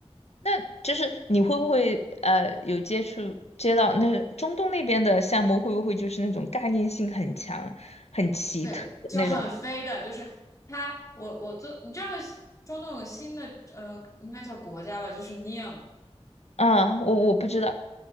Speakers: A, on the left (about 75°); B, on the left (about 30°).
A: 那就是你会不会呃有接触接到那中东那边的项目，会不会就是那种概念性很强、很奇特的那种？
B: 对，就很飞的。就是它，我我做，你知道中东有个新的呃，应该叫国家吧，就是 n e O m
A: 啊，我我不知道，